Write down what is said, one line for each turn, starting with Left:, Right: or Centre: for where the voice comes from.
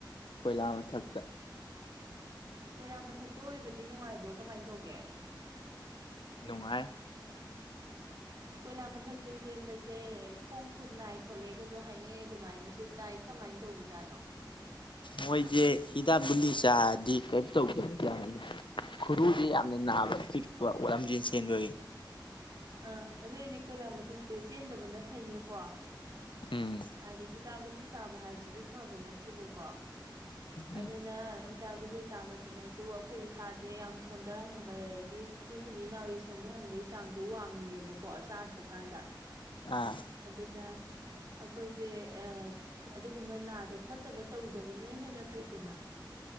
Left: ꯀꯣꯏꯂꯥ ꯃꯊꯛꯇ
Right: ꯀꯣꯏꯂꯥ ꯃꯊꯛꯇ ꯑꯣꯏꯕꯗꯤ ꯅꯨꯡꯉꯥꯏꯕ꯭ꯔꯣ ꯀꯃꯥꯏꯅ ꯇꯧꯒꯦ
Left: ꯅꯨꯡꯉꯥꯏ
Right: ꯑꯁ ꯀꯣꯏꯂꯥ ꯃꯊꯛꯇ ꯆꯦꯟꯕꯁꯦ ꯈꯣꯡ ꯈꯨꯠ ꯅꯥꯏ ꯈꯣꯠꯂꯦꯒꯁꯨ ꯍꯥꯏꯅꯩ ꯑꯗꯨꯃꯥꯏꯅꯁꯨ ꯇꯥꯏ ꯀꯃꯥꯏꯅ ꯇꯧꯕꯖꯥꯠꯅꯣ
Left: ꯃꯣꯏꯁꯦ ꯍꯤꯗꯥꯛ ꯒꯨꯂꯤ ꯆꯥꯗꯤ ꯀꯩꯝꯅ ꯇꯧꯗꯕ ꯖꯥꯠꯅ‌ꯦ ꯈꯨꯔꯨꯗꯤ ꯌꯥꯝꯅ ꯅꯥꯕ ꯄꯤꯛꯄ ꯋꯥꯠ ꯂꯝꯖꯦꯟ ꯆꯦꯟꯕꯒꯤ
Right: ꯑꯥ ꯑꯗꯨꯏꯗꯤ ꯀꯣꯏꯂꯥ ꯃꯊꯛꯁꯦ ꯆꯦꯟꯗꯕꯅ ꯐꯩꯅꯦꯀꯣ
Left: ꯎꯝ
Right: ꯍꯥꯏꯗꯤ ꯍꯤꯗꯥꯛ ꯒꯨꯂꯤ ꯆꯥꯕ ꯍꯥꯏꯁꯤꯁꯨ ꯐꯕ ꯅꯠꯇꯦꯕꯀꯣ
Left: ꯎꯝ
Right: ꯑꯗꯨꯅ ꯍꯤꯗꯥꯛ ꯒꯨꯂꯤ ꯆꯥꯕꯁꯤꯅꯁꯨ ꯑꯩꯈꯣꯏ ꯏꯁꯥꯁꯦ ꯌꯥꯝ ꯁꯣꯟꯊꯍꯟꯕꯗꯒꯤ ꯑꯩꯈꯣꯏ ꯁꯤꯡꯂꯤ ꯅꯥꯎꯔꯤꯁ‌ꯦ ꯁ‌ꯣꯟꯊꯍꯟꯕꯒꯤ ꯆꯥꯡꯁꯨ ꯋꯥꯡꯉꯤꯅꯦꯕꯀꯣ ꯆꯥꯗ꯭ꯔꯀꯥꯟꯗ
Left: ꯑꯥ
Right: ꯑꯗꯨꯅ ꯑꯩꯈꯣꯏꯁꯦ ꯑꯥ ꯑꯗꯨꯒꯨꯝꯕ ꯅꯥꯗꯕ ꯈꯣꯠꯇꯕ ꯇꯧꯗꯕꯗꯨꯅ ꯍꯦꯟꯅ ꯐꯩꯗꯅ